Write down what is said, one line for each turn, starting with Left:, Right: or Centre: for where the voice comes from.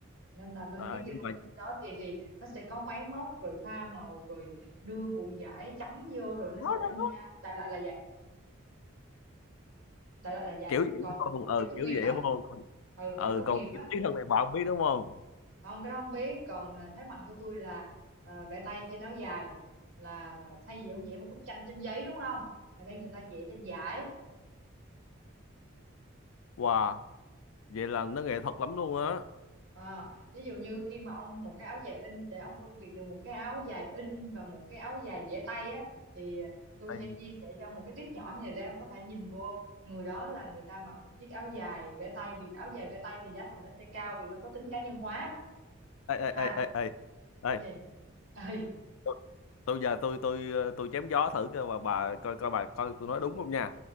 Right: nên là bên
Left: à,
Right: cái kỹ
Left: nhưng
Right: thuật
Left: mà
Right: in đó thì thì nó sẽ có máy móc rồi pha màu rồi đưa cuộn vải trắng vô rồi nó
Left: đó,
Right: sẽ in
Left: đó, đó.
Right: ra đại loại là vậy đại loại là vậy
Left: kiểu vậy
Right: còn
Left: đúng không ừ
Right: kiểu công
Left: kiểu
Right: nghiệp
Left: vậy
Right: á
Left: đúng không Còn-
Right: ừ
Left: ừ
Right: kiểu công
Left: còn
Right: nghiệp á
Left: chi tiết hơn này bà không biết đúng không
Right: không cái đó không biết còn à, thế mạnh của tôi là à, vẽ tay trên áo dài là thay vì ông vẽ một bức tranh trên giấy đúng không ở đây người ta vẽ trên vải
Left: wow vậy là nó nghệ thuật lắm luôn á
Right: À, ví dụ như khi mà ông một cái áo dài in để ông phân biệt được một cái áo dài in và một cái áo dài vẽ tay á thì tôi
Left: Ê,
Right: sẽ chia sẻ cho ông một cái tip nhỏ như này để ông có thể nhìn vô người đó là người ta mặc một chiếc áo dài vẽ tay vì áo dài vẽ tay thì giá thành nó sẽ cao vì nó có tính cá nhân hóa
Left: ê, ê,
Right: ha
Left: ê, ê, ê. Ê,
Right: cái gì <laughs> Ê,
Left: tôi tôi giờ tôi tôi ờ, tôi chém gió thử coi bà, bà coi coi bà coi tôi nói đúng không nha